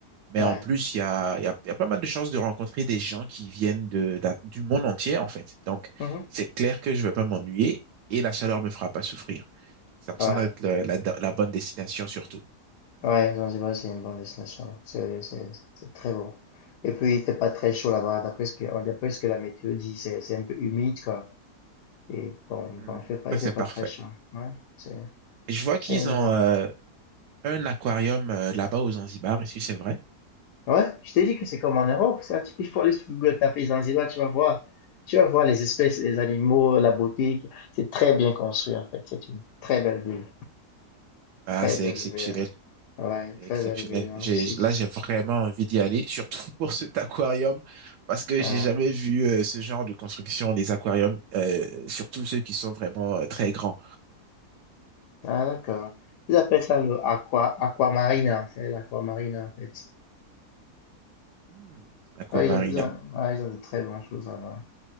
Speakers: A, on the right; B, on the left.
A: mais
B: Ouais.
A: en plus, il y a, il y a, il y a pas mal de chances de rencontrer des gens qui viennent de, d'a- du monde entier, en fait. Donc,
B: Mhm.
A: c'est clair que je vais pas m'ennuyer et la chaleur me fera pas souffrir. Ça me
B: Ouais.
A: semble être le- la, la bonne destination surtout.
B: Ouais, Zanzibar, c'est une bonne destination. c'est c'est c'est très beau. Et puis, il fait pas très chaud
A: Et,
B: là-bas. D'après ce que, d'après ce que la météo dit, c'est c'est un peu humide, quoi. Et bon,
A: hum,
B: bon, il fait pas,
A: Ça,
B: il
A: c'est
B: fait
A: parfait.
B: pas très chaud. Ouais. C'est
A: Je vois qu'ils
B: c'est une
A: ont
B: bonne
A: euh, un aquarium euh, là-bas aux Zanzibar, et si c'est vrai.
B: Ouais, je t'ai dit que c'est comme en Europe, ça. Tu- Il faut aller sur Google, taper Zanzibar, tu vas voir. Tu vas voir les espèces, les animaux, la beauté. C'est très bien construit, en fait. C'est une très belle ville.
A: Ah,
B: Très
A: c'est
B: belle
A: exceptionnel.
B: ville. Ouais,
A: C'est
B: très
A: exceptionnel.
B: belle ville hein,
A: J'ai,
B: aussi.
A: là, j'ai vraiment envie d'y aller, surtout <laughs> pour cet aquarium, parce que
B: Ouais.
A: j'ai jamais vu euh, ce genre de construction, les aquariums, euh, surtout ceux qui sont vraiment euh, très grands.
B: Ah, d'accord. Ils appellent ça le aqua, aquamarina. C'est l'aquamarina, en fait.
A: Hmm, Aquamarina.
B: Ouais, ils ont, ils ont- ouais, ils ont de très bonnes choses là-bas.